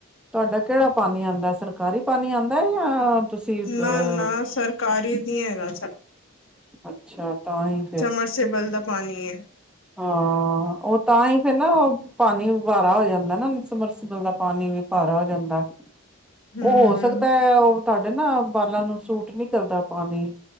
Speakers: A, in the centre; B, on the left (about 60°).
A: ਤੁਆਡਾ ਕੇਹੜਾ ਪਾਣੀ ਆਂਦੈ ਸਰਕਾਰੀ। ਪਾਣੀ ਆਂਦੈ ਯਾ ਤੁਸੀਂ ਅਹ
B: ਨਾ ਨਾ ਸਰਕਾਰੀ ਨੀ ਹੈਗਾ
A: ਅੱਛਾ ਤਾਂ ਹੀ
B: ਸਮਰਸੀਬਲ ਦਾ ਪਾਣੀ ਏ।
A: ਹਾਂ, ਓ ਤਾਂ ਈ ਫੇਰ ਨਾ ਓਹ ਪਾਣੀ ਬਾਰਾ ਹੋ ਜਾਂਦੈ ਨਾ ਸਮਰਸੀਬਲ ਦਾ ਪਾਣੀ ਵੀ ਭਾਰਾ ਹੋ ਜਾਂਦੈ,
B: ਹਮ
A: ਓ ਹੋ ਸਕਦੈ ਓ ਤੁਹਾਡੇ ਨਾ ਬਾਲਾਂ ਨੂੰ ਸੂਟ ਟ ਨੀ ਕਰਦਾ ਪਾਣੀ,